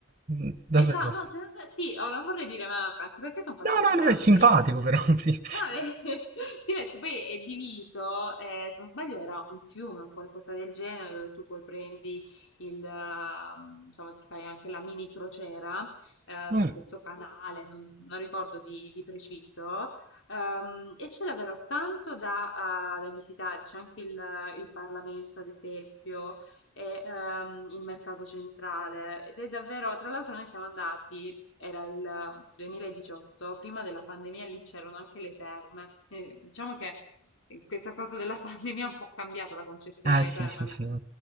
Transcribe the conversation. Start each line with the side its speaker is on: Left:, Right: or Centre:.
Right: Mm, Davvero.
Left: Esatto, no, se non sbaglio, sì, oh, non vorrei dire, ma anche perché sono passati
Right: No, no, no,
Left: anni.
Right: è simpatico però, <laughs> sì.
Left: No, eh, <laughs> sì, perché poi è diviso, eh, se non sbaglio era un fiume o qualcosa del genere, dove tu poi prendi il, ehm, insomma, ti fai anche la mini crociera, eh,
Right: Mm.
Left: su questo canale, non, non ricordo di, di preciso, ehm, e c'è davvero tanto da, ah, da visitare, c'è anche il, il Parlamento, ad esempio, e ehm, il mercato centrale, ed è davvero, tra l'altro noi siamo andati era il 2018, prima della pandemia lì c'erano anche le terme. E diciamo che eh, questa cosa della <laughs> pandemia ha un po' cambiato la concezione
Right: Eh,
Left: delle
Right: sì,
Left: terme,
Right: sì,
Left: perché
Right: sì.